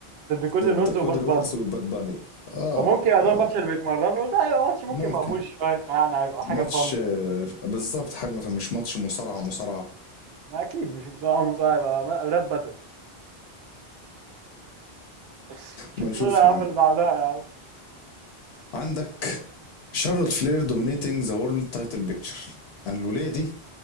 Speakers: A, on the right; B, on the left.
A: ضد كودي
B: ضد
A: رودز
B: كودي
A: وباد باني
B: رودز وباد باني اه
A: فممكن يبقى
B: اه
A: ده الماتش اللي بيتمرنوا له، ده هيبقى ماتش ممكن
B: ممكن
A: مقبول شوية يعني هيبقى حاجة
B: ماتش
A: فن
B: آه، بالظبط حجمه مش ماتش مصارعة مصارعة
A: اكيد مش مساعة مساعة هيبقى ما- راب باتل <laughs> شوف
B: ما نشوف
A: لنا يا
B: يا
A: عم
B: عم
A: اللي بعدها يا عم
B: عندك شارلوت فلير دومينيتنج ذا وورلد تايتل بيكتشر انا الولايه دي